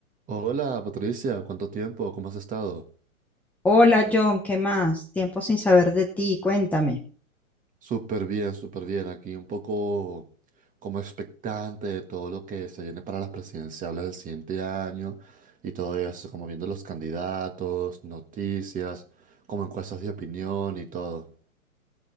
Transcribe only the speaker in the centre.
Hola John, ¿qué más? Tiempo sin saber de ti, cuéntame.